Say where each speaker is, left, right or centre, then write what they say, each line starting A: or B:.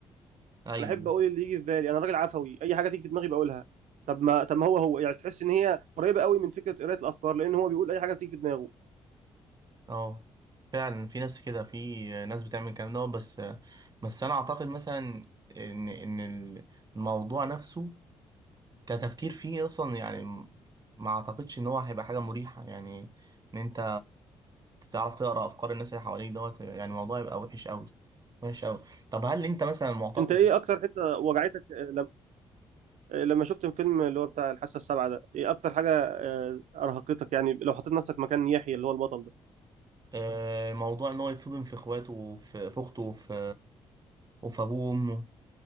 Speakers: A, on the right; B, on the right.
A: ايوه
B: انا احب اقول اللي يجي في بالي انا راجل عفوي اي حاجه تيجي في دماغي بقولها طب ما طب ما هو هو يعني تحس ان هي قريبه قوي من فكره قرايه الافكار لان هو بيقول اي حاجه بتيجي في دماغه
A: اه فعلا في ناس كده في ناس بتعمل الكلام ده بس بس انا اعتقد مثلا ان ان الموضوع نفسه كتفكير فيه اصلا يعني ما اعتقدش ان هو هيبقى حاجه مريحه يعني ان انت تعرف تقرا افكار الناس اللي حواليك دوت يعني الموضوع يبقى وحش قوي وحش قوي طب هل انت مثلا معتقد
B: انت ايه اكتر حته وجعتك لما لما شفت الفيلم اللي هو بتاع الحاسه السابعه ده ايه اكتر حاجه آه، ارهقتك يعني لو حطيت نفسك مكان يحيى اللي هو البطل ده
A: آه، موضوع ان هو يتصدم في اخواته وفي في اخته وفي وفي ابوه وامه